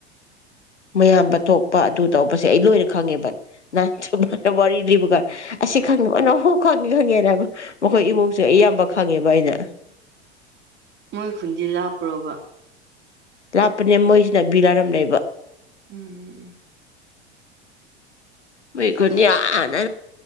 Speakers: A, on the left; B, on the right.
A: ꯃꯌꯥꯝꯕ ꯊꯣꯛꯄ ꯑꯗꯨ ꯇꯧꯕꯁꯦ ꯑꯩ ꯂꯣꯏꯅ ꯈꯪꯉꯦꯕ ꯅꯍ ꯁꯅ ꯋꯥꯔꯤ ꯂꯤꯕ ꯀꯥꯏ ꯑꯁꯤ ꯈꯪꯉꯤꯕ ꯑꯅ ꯍꯣꯏ ꯈꯪꯉꯦ ꯈꯪꯉꯦꯅ ꯃꯈꯣꯏ ꯏꯃꯨꯡꯁꯦ ꯑꯌꯥꯝꯕ ꯈꯪꯉꯦꯕ ꯑꯩꯅ
B: ꯃꯣꯏ ꯈꯨꯟꯗꯤ ꯂꯥꯞꯄ꯭ꯔꯣꯕ
A: ꯂꯥꯞꯄꯅꯦ ꯃꯣꯏꯁꯤꯅ ꯕꯤꯔꯥꯔꯝ ꯂꯩꯕ
B: ꯎꯝ
A: ꯃꯩꯒꯟꯅꯤ ꯑꯅ